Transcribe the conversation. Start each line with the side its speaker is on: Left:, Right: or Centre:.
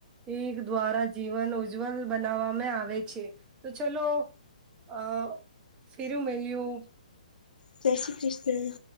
Right: એ દ્વારા જીવન ઉજ્જવલ બનાવવામાં આવે છે. તો ચલો તો ચલો, ફીરુ મલીયુ.
Left: જય શ્રી કૃષ્ણ.